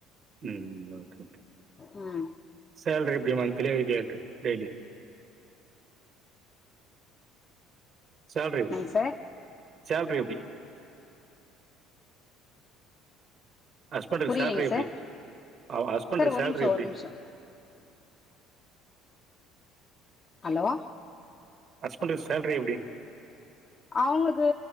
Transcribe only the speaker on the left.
ம்
என்னங்க சார்
புரியலங்
சார்
சார் ஒர்
நிமிஷோ
ஒர் நிமிஷோ அலோ
அவுங்ளுக்கு